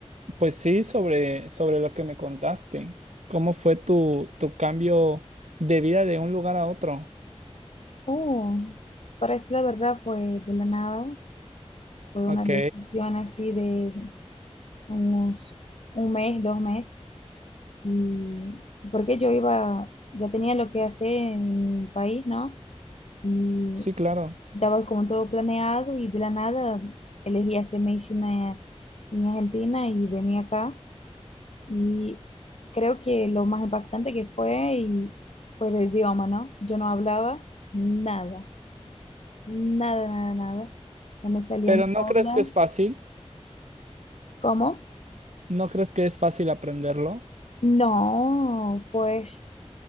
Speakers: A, on the right (about 85°); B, on the left (about 65°).
A: pues sí, sobre, sobre lo que me contaste. ¿Cómo fue tu, tu cambio de vida de un lugar a otro?
B: Oh, para parece la verdad fue de la nada. Fue una
A: Ok,
B: decisión así de unos un mes, dos meses. Y porque yo iba, ya tenía lo que hacer en mi país, ¿no? Y
A: sí, claro.
B: estaba como todo planeado y de la nada elegí hacer medicina en Argentina y venía acá. Y creo que lo más impactante que fue y fue el idioma, ¿no? Yo no hablaba nada, nada, nada, nada. No me salía
A: Pero
B: ni
A: ¿no
B: hola.
A: crees que es fácil?
B: ¿Cómo?
A: ¿No crees que es fácil aprenderlo?
B: No, pues,